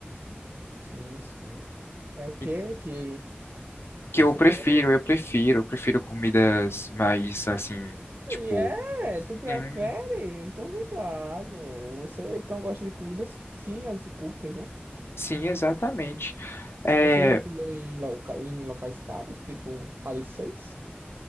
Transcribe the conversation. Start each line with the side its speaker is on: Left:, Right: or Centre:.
Right: Sim, sim. É o que
Left: E
Right: que
Left: que
Right: você
Left: eu prefiro,
Right: pode.
Left: eu prefiro, eu prefiro comidas mais assim, tipo.
Right: E é, tu prefere?
Left: Sim,
Right: Não tô ligado. Você então gosta de comidas finas e curtas, né?
Left: sim, exatamente. É,
Right: Você já comeu em, loca... em locais caros, tipo Paris 6?